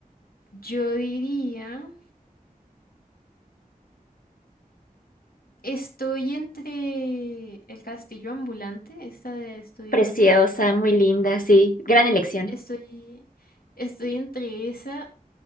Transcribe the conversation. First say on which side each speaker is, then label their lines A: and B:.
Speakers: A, on the left; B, on the left.
A: Yo diría, estoy entre El Castillo Ambulante, esta de Estudio
B: Preciosa,
A: Ghibli.
B: muy linda, sí. Gran elección.
A: Estoy, estoy entre esa